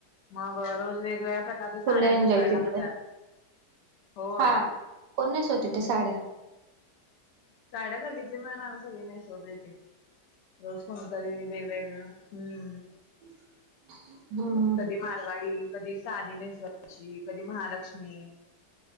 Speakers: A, on the left; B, on the right.
A: मग रोज वेगवेगळ्या प्रकारच्या साड्या
B: फुल एन्जॉय
A: नेसवाय लागत्यात,
B: केला
A: होय.
B: हा कोण नेसवतेत त्या साड्या?
A: साड्या गल्लीतली मिळून आम्ही सगळी नेसवलीवती. रोज कोणीतरी वेगवेगळ्या हम्म.
B: <inaudible> हम्म
A: कधी माारवाडी, कधी साधी नेसवायची, कधी महालक्ष्मी.